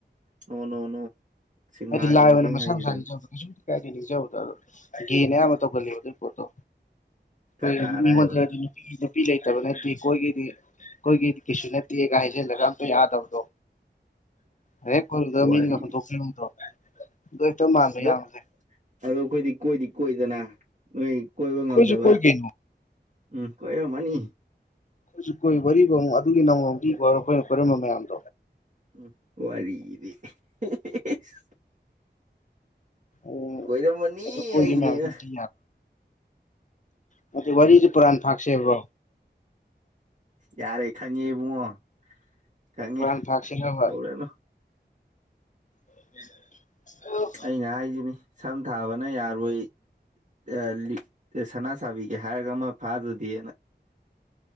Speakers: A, on the right (about 40°); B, on the left (about 45°).
A: ꯅꯣ ꯅꯣ ꯅꯣ ꯁꯤꯛꯃꯥ
B: ꯍꯥꯏꯗꯤ ꯂꯥꯏ
A: ꯒꯦꯡ
B: ꯑꯣꯏꯅ
A: ꯒꯦꯡ
B: ꯃꯁꯥ
A: ꯍꯥꯏꯁꯤꯗꯅꯤ
B: ꯃꯁꯥ ꯅꯤꯡꯖꯕꯗꯣ ꯀꯩꯁꯨꯕꯨꯗꯤ ꯀꯥꯏꯗꯦ ꯅꯤꯡꯖꯕꯗꯣ ꯑꯗꯣ ꯒꯦꯅ ꯑꯌꯥꯝꯕ ꯇꯧꯒꯜꯂꯦꯕ ꯑꯗꯨꯒꯤ ꯄꯣꯠꯇꯣ
A: ꯀꯅꯥꯅ
B: ꯑꯩꯈꯣꯏ ꯃꯤꯉꯣꯟꯗꯒꯗꯤ
A: ꯍꯥꯏꯕ
B: ꯅꯨꯄꯤ ꯅꯨꯄꯤ ꯂꯩꯇꯕ ꯅꯠꯇꯦ ꯀꯣꯏꯒꯦꯗꯤ ꯀꯣꯏꯒꯦꯗꯤ ꯀꯩꯁꯨ ꯅꯠꯇꯒꯥꯏ ꯍꯥꯏꯖꯜꯂꯒ ꯑꯃꯇ ꯌꯥꯗꯕꯗꯣ ꯍꯦꯛ ꯀꯣꯏꯔꯨꯕꯗ
A: ꯋꯥꯔꯤ
B: ꯃꯤꯅꯒ ꯍꯨꯟꯗꯣꯛꯄꯤꯔꯝꯕꯗꯣ ꯑꯗꯨ ꯍꯦꯛꯇ ꯃꯥꯟꯕ
A: ꯑꯗꯣ
B: ꯏꯌꯥꯝꯕꯁꯦ
A: ꯑꯗꯣ ꯑꯩꯈꯣꯏꯗꯤ ꯀꯣꯏꯗꯤ ꯀꯣꯏꯗꯅ ꯅꯣꯏ ꯀꯣꯏꯕ ꯉꯝꯗꯕ
B: ꯀꯣꯏꯁꯨ ꯀꯣꯏ ꯀꯩꯅꯣ
A: ꯎꯝ ꯀꯣꯏꯔꯝꯃꯅꯤ
B: ꯑꯩꯈꯣꯏꯁꯨ ꯀꯣꯏ ꯋꯥꯔꯤꯕꯨ ꯑꯃꯨꯛ ꯑꯗꯨꯒꯤ ꯅꯧꯅ ꯑꯃꯨꯛ ꯂꯤꯈꯣ ꯍꯥꯏꯔꯣ ꯑꯩꯈꯣꯏꯅ ꯀꯣꯏꯔꯝꯕ ꯃꯌꯥꯝꯗꯣ
A: ꯎꯝ ꯋꯥꯔꯤꯗꯤ <unintelligible>
B: ꯎꯝ
A: ꯀꯣꯏꯔꯝꯃꯅꯤ
B: ꯑꯗꯨ ꯀꯣꯏꯒꯤ
A: ꯍꯥꯏꯁꯤꯅꯤ
B: ꯃꯌꯥꯝꯗꯨ
A: ꯑꯩꯅ
B: ꯂꯤ ꯅꯠꯇꯦ ꯋꯥꯔꯤꯁꯦ ꯄꯨꯔꯥꯟ ꯐꯥꯛꯁꯦꯕ꯭ꯔꯣ
A: ꯌꯥꯔꯦ ꯈꯪꯉꯦ ꯏꯕꯨꯡꯉꯣ ꯈꯪꯉꯦ
B: ꯄꯨꯔꯥꯟ ꯐꯥꯛꯁꯦꯕ
A: ꯇꯧꯔꯅꯨ
B: <inaudible> <unintelligible>
A: ꯑꯩꯅ ꯍꯥꯏꯁꯤꯅꯤ ꯁꯝ ꯊꯥꯕ ꯅ ꯌꯥꯔꯣꯏ ꯑ ꯂꯤꯛ ꯁꯅꯥ ꯁꯥꯕꯤꯒꯦ ꯍꯥꯏꯔꯒ ꯑꯃ ꯐꯥꯗ꯭ꯔꯗꯤꯅ